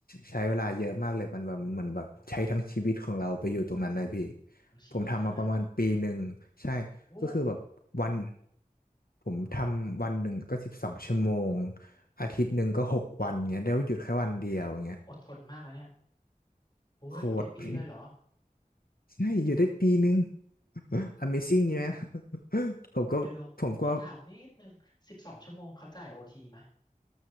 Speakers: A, on the left; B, on the left.
A: ใช้เวลาเยอะมากเลยมันแบบเหมือนแบบใช้ทั้งชีวิตของเราไปอยู่ตรงนั้นเลยพี่
B: โอ้ทั้งชีวิตเลยนะ
A: ผมทำมาประมาณปีหนึ่งใช่ก็คือแบบวัน
B: โอ้
A: ผมทำวันหนึ่งก็สิบสองชั่วโมงอาทิตย์หนึ่งก็หกวันเงี้ยได้หยุดแค่วันเดียวเงี้ย
B: อดทนมากนะเนี่ยโอ้แล้วอยู่ได้ปีเลยเหรอ
A: โคตร <laughs> ใช่อยู่ได้ปีนึง
B: อืม
A: <laughs> Amazing นี่ไหม <laughs> ผมก็ผมก็
B: เดี๋ยวเดี๋ยวขอถามนิดนึงสิบสองชั่วโมงเขาจ่ายโอทีไหม